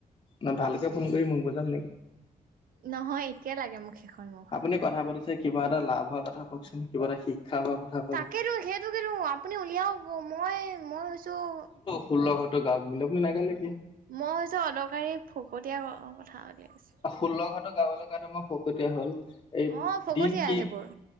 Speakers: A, on the left; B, on the right.
A: ন, ভালকে ফোন কৰি মোক বুজাম নেকি।
B: নহয় একে লাগে মোক সেইখন মোক।
A: আপুনি কথা পাতিছে কিবা এটা লাভ হোৱা কথা কওকচো, ন কিবা এটা শিক্ষা হোৱা কথা কও,
B: তাকেেতো সেইটোকে ৰু আপুনি উলিয়াও হব মই মই হৈছো <unintelligible>
A: ফুল্ক হয়তো গ বুলি আপু নাগালোগে <unintelligible>
B: মইছো অদকাৰী ফকতীয়া কথা উলিয়াইছোঁ।
A: ষোল্ল ঘাটো গাবলৈ কাৰণে মই ফকতীয়া হ'ল।
B: আছো
A: এই
B: অ ফকতীয়া
A: দিন কি,
B: সেইবোৰ